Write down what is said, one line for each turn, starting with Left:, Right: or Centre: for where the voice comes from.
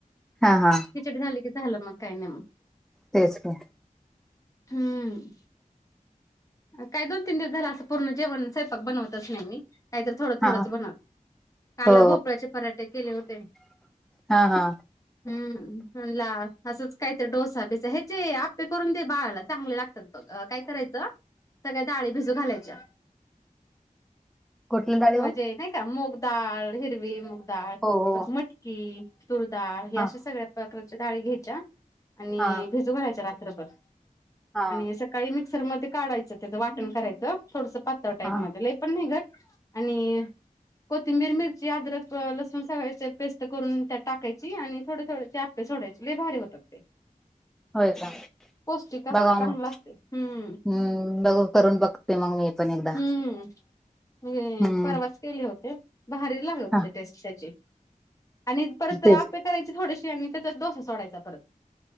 Centre: हा हा
Left: खिचडी झाली की झालं मग काय नाय मग.
Centre: तेच <unintelligible>
Left: हम्म.. काय दोन तीन दिवस झाल असं पूर्ण जेवण स्वयपाक बनवतच नाय मी. काय तर थोडं थोडंच
Centre: हा
Left: बनवते काल
Centre: हो
Left: भोपळा्याचे पराठे केले होते.
Centre: हा हा.
Left: हम्म ला असंच काहीतरी डोसा बिसा ह्याचे आपे करून दे बाळाला चांगले लागते. -बघ काय करायचं? सगळ्या डाळी भिजू घालायच्या,
Centre: कुठली डाळी हो
Left: म्हजे नाही का मुग डाळ हिरवी मुगडाळ
Centre: हो हो
Left: परत मटकी तुरडाळ हे
Centre: हा
Left: अश सगळ्या <unintelligible> डाळी घ्यायच्या आणि
Centre: हा
Left: भिजू घालायच्या रात्रभर
Centre: हा
Left: आणि स सकाळी मिक्सर मध्ये काढायचं त्याचं वाटण करायचं थोडस पातळ टाईप
Centre: हा
Left: मध्ये लय पण <unintelligible> आणि कोथिंबीर, मिरची, अद्रक, लसूण सगळ्या ह्याच्यात पेस्ट करून त्यात टाकायची आणि थोड थोड ते सोडायचे लय भारी होतात ते.
Centre: <inaudible> होय का
Left: पौष्टिक असते
Centre: बघा
Left: चांगलं
Centre: मग
Left: असते हम्म
Centre: हम् बघ करून बघ ते मंग मी पण एकदा,
Left: हम्म म्हणजे
Centre: हम्म
Left: परवाच केले होते. भारी लागत होती.
Centre: हा
Left: टेस्ट त्याची, आणि परत
Centre: तेच
Left: आप्पे करायची थोडेशी, आणि त्याचाच डोसा सोडायचा परत